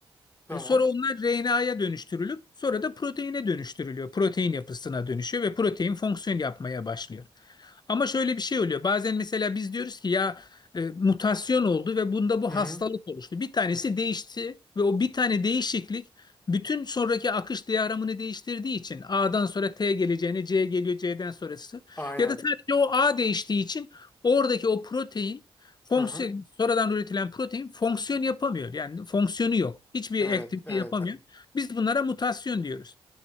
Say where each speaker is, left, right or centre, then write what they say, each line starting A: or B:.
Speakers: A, on the left; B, on the left.
A: Tamam.
B: E, Sonra onlar RNA'ya dönüştürülüp sonra da proteine dönüştürülüyor. Protein yapısına dönüşüyor ve protein fonksiyon yapmaya başlıyor. Ama şöyle bir şey oluyor. Bazen mesela biz diyoruz ki ya e, mutasyon oldu ve bunda bu
A: Hı hı.
B: hastalık oluştu. Bir tanesi değişti ve o bir tane değişiklik bütün sonraki akış diyagramını değiştirdiği için A'dan sonra T geleceğine C geliyor C'den sonrası
A: Aynen.
B: ya da sadece o A değiştiği için oradaki o protein fonksiyon
A: Hı hı.
B: sonradan üretilen protein fonksiyon yapamıyor. Yani fonksiyonu yok. Hiçbir
A: Evet,
B: aktivite
A: evet.
B: yapamıyor. Biz bunlara mutasyon diyoruz.